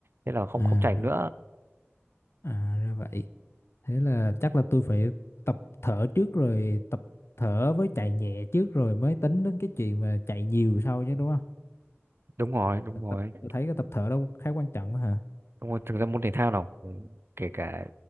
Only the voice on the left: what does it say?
À
ra
vậy. À ra vậy. Thế là chắc là tôi phải tập thở trước rồi tập thở với chạy nhẹ trước rồi mới tính đến cái chuyện mà chạy nhiều sau chứ đúng không?
Tập tôi thấy cái tập thở đó khá quan trọng á hả?